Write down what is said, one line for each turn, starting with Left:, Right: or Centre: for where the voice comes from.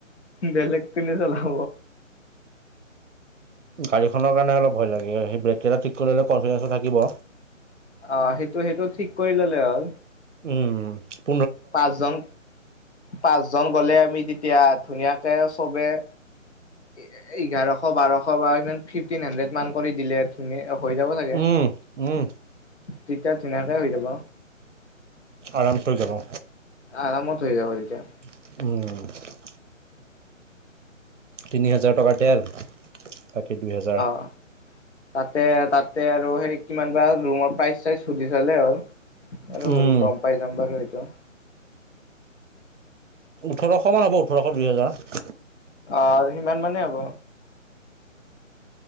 Left: বেলেগ কোনে চলাব?
Right: গাড়ীখনৰ কাৰণে অলপ ভয় লাগে, সি ব্ৰেককেইটা ঠিক কৰি ল'লে কনফিডেঞ্চটো থাকিব।
Left: অ, সেইটো সেইটো ঠিক কৰি ললে হ'ল।
Right: উমঁ!
Left: পাঁচজন পাঁচজন গ'লে আমি তেতিয়া ধুনীয়াকে চবে- এ এঘাৰশ বাৰশ বা ইমান ফিফটিন হাড্ৰেড মান কৰি দিলে। ইনেই ধুনীয়া হৈ যাব চাগে
Right: উম উম
Left: তিতিয়া ধুনীয়াকৈ হৈ যাব।
Right: আৰাম তৈ যাব।
Left: আৰামত হৈ যাব এতিয়া।
Right: উমঁ! তিনি হাজাৰ টকাৰ তেল। বাকী দুই হাজাৰ।
Left: অঁ অঁ! তাতে তাতে আৰু সেই কিমান বা ৰুমৰ প্ৰাইচ চাইজ সুধি ললে হ'ল। আৰু
Right: উম
Left: সৰু গম পাই যাম বাৰু সেইটো।
Right: ওঠৰশ মান হ'ব ওঠৰশ দুইহেজাৰ।
Left: অঁ সিমান মানে হ'ব।